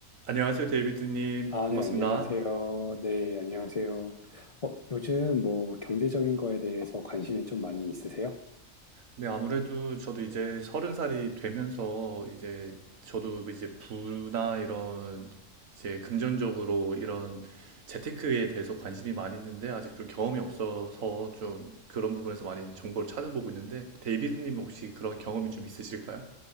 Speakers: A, on the right; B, on the left.
A: 안녕하세요, 데이비드님.
B: 아,
A: 반갑습니다.
B: 네, 안녕하세요. 네, 안녕하세요. 어, 요즘 뭐 경제적인 거에 대해서 관심이 좀 많이 있으세요?
A: 네, 아무래도 저도 이제 서른 살이 되면서 이제 저도 이제 부나 이런 이제 금전적으로 이런 재테크에 대해서 관심이 많이 있는데 아직 좀 경험이 없어서 좀 그런 부분에서 많이 정보를 찾아보고 있는데 데이비드님 혹시 그런 경험이 좀 있으실까요?